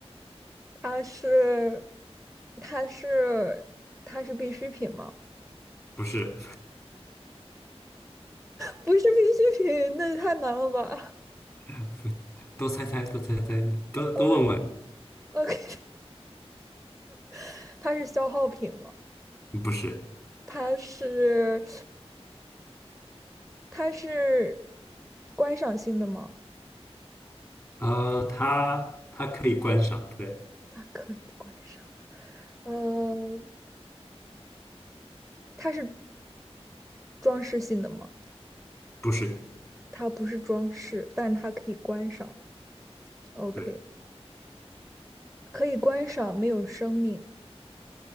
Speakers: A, in the centre; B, on the left (about 25°).
A: 它是它是它是必需品吗？
B: 不是，
A: 不是必需品，那也太难了吧
B: <laughs> 多猜猜，多猜猜，多多问问，
A: 呃？OK，<laughs> 它是消耗品吗？
B: 不是，
A: 它是它是观赏性的吗？
B: 呃，它它可以观赏，对，
A: 它可以观赏。呃，它是装饰性的吗？
B: 不是，
A: 它不是装饰，但是它可以观赏。OK，
B: 对
A: 可以观赏，没有生命，